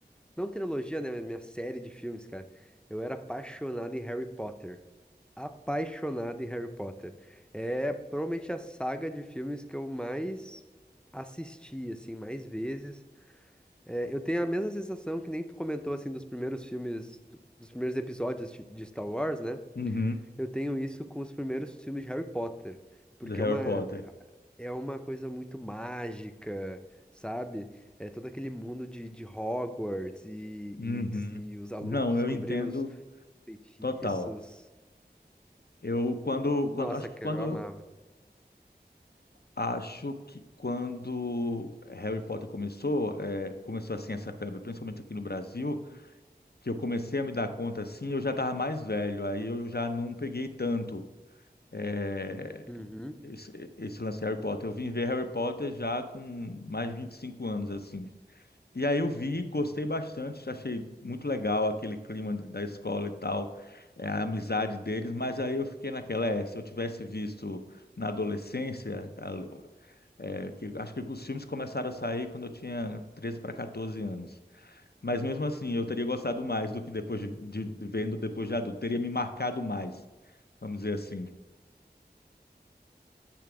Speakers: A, in the centre; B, on the left (about 65°).
A: Não trilogia, né? mas Minha série de filmes, cara. Eu era apaixonado em Harry Potter. Apaixonado em Harry Potter. É provavelmente a saga de filmes que eu mais assisti, assim, mais vezes. É, eu tenho a mesma sensação que nem tu comentou, assim, dos primeiros filmes, do- dos primeiros episódios de de Star Wars, né?
B: Uhum,
A: Eu tenho isso com os primeiros filmes de Harry Potter, porque
B: do Harry
A: é uma,
B: Potter.
A: é uma coisa muito mágica, sabe? É todo aquele mundo de, de Hogwarts e,
B: Uhum.
A: e, des- e os alunos
B: Não,
A: descobrindo
B: eu entendo
A: os feitiços.
B: total. Eu quando, quando
A: Nossa,
B: acho que
A: cara,
B: quando
A: eu amava.
B: acho que quando Harry Potter começou, eh, começou assim essa febre, principalmente aqui no Brasil, que eu comecei a me dar conta assim, eu já estava mais velho, aí eu já não peguei tanto é,
A: Uhum.
B: esse, esse lance de Harry Potter. Eu vim ver Harry Potter já com mais de 25 anos, assim. E aí eu vi, gostei bastante, achei muito legal aquele clima da escola e tal, é, a amizade deles, mas aí eu fiquei naquela, é, se eu tivesse visto na adolescência, a- é, que, acho que os filmes começaram a sair quando eu tinha 13 para 14 anos. Mas mesmo assim, eu teria gostado mais do que depois de, de- vendo depois de adulto. Teria me marcado mais, vamos dizer assim.